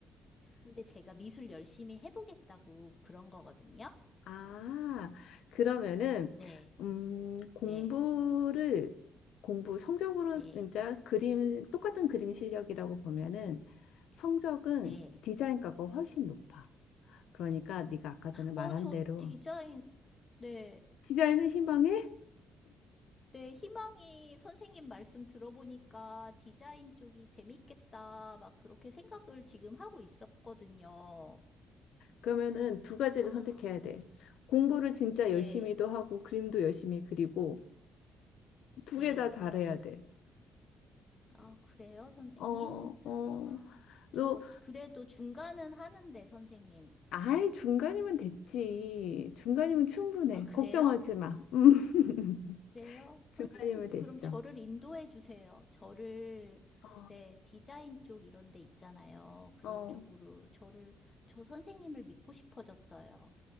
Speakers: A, on the left (about 30°); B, on the left (about 80°).
A: 근데 제가 미술 열심히 해보겠다고 그런 거거든요.
B: 아, 그러면은,
A: 네,
B: 음, 공부를,
A: 네,
B: 공부 성적으로
A: 네,
B: 진짜 그림, 똑같은 그림 실력이라고 보면은 성적은
A: 네.
B: 디자인과가 훨씬 높아. 그러니까 네가 아까 전에 말한
A: 어, 저
B: 대로
A: 디자인, 네.
B: 디자인을 희망해?
A: 네, 희망이 선생님 말씀 들어보니까 디자인 쪽이 재밌겠다, 막 그렇게 생각을 지금 하고 있었거든요.
B: 그러면은 두 가지를
A: 아,
B: 선택해야 돼. 공부를 진짜
A: 네,
B: 열심히도 하고 그림도 열심히 그리고 두
A: 네.
B: 개 다 잘해야 돼.
A: 아, 그래요, 선생님?
B: 어, 어.
A: 아,
B: 너
A: 저 그래도 중간은 하는데, 선생님.
B: 아예 중간이면 됐지. 중간이면 충분해.
A: 아, 그래요?
B: 걱정하지 마. 음. <laughs>
A: 그래요?
B: 중간이면
A: 선생님, 그럼
B: 됐어.
A: 저를 인도해 주세요. 저를,
B: 어,
A: 네, 디자인 쪽 이런 데 있잖아요. 그런
B: 어.
A: 쪽으로 저를, 저 선생님을 믿고 싶어졌어요.